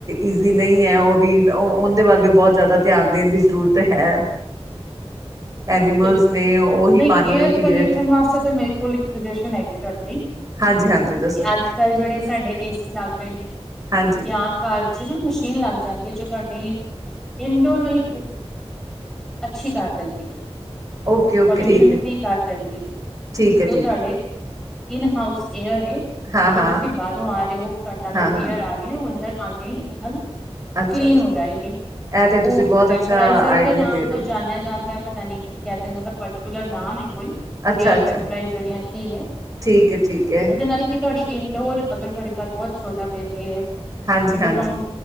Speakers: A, on the right; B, in the centre.
A: ਈਜ਼ੀ ਨਹੀਂ ਹੈ ਉਹ ਵੀ ਉਹੰਦੇ ਵੱਲ ਵੀ ਬਹੁਤ ਜ਼ਿਆਦਾ ਧਿਆਨ ਦੇਣ ਦੀ ਜ਼ਰੂਰਤ ਹੈ। ਐਨੀਮਲਸ
B: ਬਿਲਕੁਲ
A: ਨੇ ਉਹੀ
B: ਨਹੀਂ
A: ਪਾਣੀ
B: ਏਅਰ
A: ਉਹ ਪੀ
B: ਪੋਲਿਊਸ਼ਨ
A: ਰਹੇ ਨੇ
B: ਵਾਸਤੇ ਤਾਂ ਮੇਰੇ ਕੋਲ ਇੱਕ ਸਜਏਸ਼ਨ ਹੈਗੀ ਤੁਹਾਡੇ ਲਈ। ਕੇ
A: ਹਾਂਜੀ ਹਾਂਜੀ ਦੱਸੋ
B: ਅੱਜ ਕੱਲ ਜਿਹੜੇ ਸਾਡੇ ਏ ਸੀ ਲੱਗ ਰਹੇ ਨੇ
A: ਹਾਂਜੀ
B: ਯਾ ਘਰ ਚ ਨਾ ਮਸ਼ੀਨ ਲੱਗ ਜਾਂਦੀ ਹੈ ਜੋ ਤੁਹਾਡੀ ਇਨਡੋਰ ਵਾਲੀ ਅੱਛੀ ਕਰ ਦਿੰਦੀ ਹੈ।
A: ਓਕੇ ਓਕੇ
B: ਪੋਲਿਊਸ਼ਨ
A: ਠੀਕ ਹੈ
B: ਫ੍ਰੀ ਕਰ ਦਿੰਦੀ ਹੈ
A: ਠੀਕ ਹੈ
B: ਜੋ
A: ਠੀਕ
B: ਤੁਹਾਡੇ
A: ਹੈ
B: ਇਨ ਹਾਊਸ ਏਅਰ ਏ
A: ਹਾਂ
B: ਅਗਰ
A: ਹਾਂ
B: ਤੁਸੀਂ ਬਾਹਰੋਂ ਆ ਰਹੇ ਹੋ ਤੁਹਾਡੇ ਨਾਲ
A: ਹਾਂ
B: ਉ
A: ਹਾਂ
B: ਏਅਰ ਆ ਉਹ ਅੰਦਰ ਆਉੰਦੇ ਹੀ ਇਕ ਦਮ
A: ਅੱਛਾ
B: ਕਲੀਨ
A: ਅੱਛਾ
B: ਹੋ ਜਾਏਗੀ
A: ਇਹ ਤਾਂ ਤੁਸੀਂ
B: ਉਹ
A: ਬਹੁਤ
B: ਵੈਪਰਾਈਜ਼ਰ
A: ਅੱਛਾ ਆਈਡੀਆ
B: ਦੇ ਨਾਮ
A: ਰਹੇ
B: ਤੋਂ
A: ਹੋ
B: ਜਾਣਿਆ ਜਾਂਦਾ। ਪਤਾ ਨੀ ਕੀ ਕਹਿ ਦੇ ਨੇ ਉਹਦਾ ਪਰਟੀਕੁਲਰ ਨਾਂ ਨੀ ਕੋਈ।
A: ਅੱਛਾ
B: ਏਅਰ
A: ਅੱਛਾ
B: ਵੈਪਰਾਇਜ਼ <unintelligible> ਕੀ ਹੈ
A: ਠੀਕ ਹੈ ਠੀਕ ਹੈ
B: ਉਹਦੇ ਨਾਲ ਹੀ ਕਿ ਤੁਹਾਡੀ ਇੰਡੋਰ ਅਗਰ ਤੁਹਾਡੇ ਘਰ ਬਹੁਤ ਛੋਟਾ ਬੇਬੀ ਹੈ
A: ਹਾਂਜੀ
B: ਅਗਰ
A: ਹਾਂਜੀ
B: ਤੁਹਾਨੂੰ